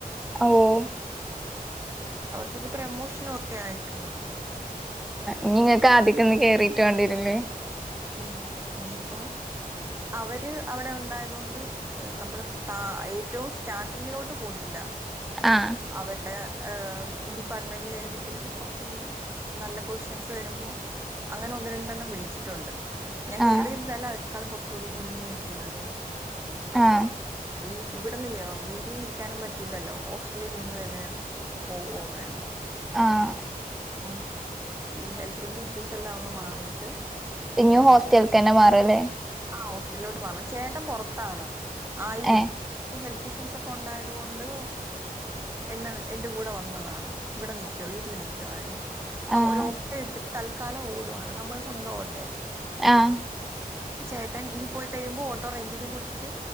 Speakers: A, in the centre; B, on the right.
A: ഓഹ്
B: അവര്ക്കൊക്കെ പ്രമോഷനൊക്കെ ആയിട്ടുണ്ട്
A: ഇഞ്ഞ്ങ്ങക്ക് ആദ്യക്ക്ന്ന് കേറീട്ട് വേണ്ട്യേരു ലെ
B: ഇനി ഇനിയിപ്പോ അവര് അവിടെ ഉണ്ടായതൊണ്ട് നമ്മള് ത ഏറ്റവും സ്റ്റാർട്ടിങ്ങിലോട്ട് പോകത്തില്ല
A: ആഹ്
B: അവരുടെ ഏ ഡിപ്പാർട്ട്മെന്റിലെ ഏതെങ്കിലും കൊറച്ചുകൂടി നല്ല പൊസിഷൻസ് വരുമ്പോ അങ്ങനെ ഒന്ന് രണ്ടെണ്ണം വിളിച്ചിട്ടുണ്ട് ഞാൻ കേറി
A: ആഹ്
B: <unintelligible> ല്ല ക്കാളും കുറച്ചുകൂടി മുന്നി നിൽക്കുന്നത് അപ്പൊ
A: ആഹ്
B: ഈ ഇവിടെ വീട്ടിൽ നിക്കാനും പറ്റില്ലല്ലോ ഹോസ് റ്റിൽ നിന്ന് തന്നെ പോവൊം വേണം
A: ആഹ്
B: ഓഹ് ഈ ഹെൽത്തിന്റെ ഇഷ്യൂസ് എല്ലാം ഒന്ന് മാറിയിട്ട്
A: ഇനിയും
B: വേണം
A: ഹോസ്റ്റലകന്നെ
B: പോ
A: മാറി വെലെ
B: ആ ഹോസ്റ്റലിലോട്ട് മാറണം ചേട്ടൻ പുറത്താണ് ആയിരുന്നു
A: ഏഹ്
B: ഹെ തിഷ്യൂസ് ഒക്കെ ഉണ്ടായത് കൊണ്ട് എന്നെ എന്റെ കൂടെ വന്നതാണ് ഇവിടെ നിക്കുവോ വീട്ടിൽ നി ക്ക്വായിരുന്നു ഇപ്പൊ
A: ആഹ്
B: ഒരൊപ്പ എടുത്തിട്ട് തൽക്കാലം ഓടുവാണ് നമ്മൾ സ്വന്തം ഓട്ടെ
A: ആഹ്
B: ചേട്ടൻ ഇനി പോയി കഴിയുമ്പോൾ ഓട്ടോ റെന്റിന് കൊടുത്തിട്ട്